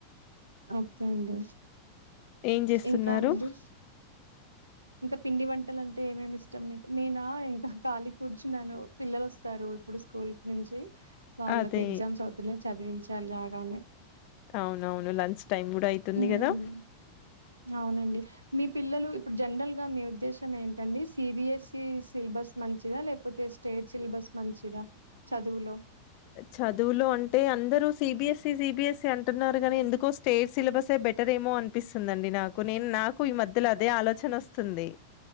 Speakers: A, on the right; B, on the left.
A: ఓకే అండి
B: ఏం జేస్తున్నారు?
A: ఇంకా అండి ఇంకా పిండి వంటలు అంటే ఏమేమి ఇష్టం మీకు. నేనా ఇంకా కళీ కూర్చున్నాను పిల్లలు వస్తారు ఇప్పుడు సు కుల్క్ నుంచి వాళ్ళకి
B: అదే
A: ఎగ్జామ్స్ అవుతున్నాయ్ చదివించాలి రాగానే
B: అవున్ అవును లంచ్ టైమ్ కూడా అయితుంది
A: ఉమ్.
B: గదా
A: అవునండి. మీ పిల్లలు ఇప్పుడు జనరల్గా మీ ఉద్దేశం ఏంటండి సి బి ఎస్ఈ సిలబస్ మంచిదా లేపోతే స్టేట్ సిలబస్ మంచిదా చదువులో?
B: చదువులో అంటే అందరూ సి బి ఎస్ తి సి బి ఎసి అంటున్నారు గానీ ఎందుకో స్టేట్ సిలబసే బెటర్ ఏమో అనిపిస్తుందిండి నాకు. నేన్ నాకు ఈ మధ్యల అదే ఆలోచన వస్తుంది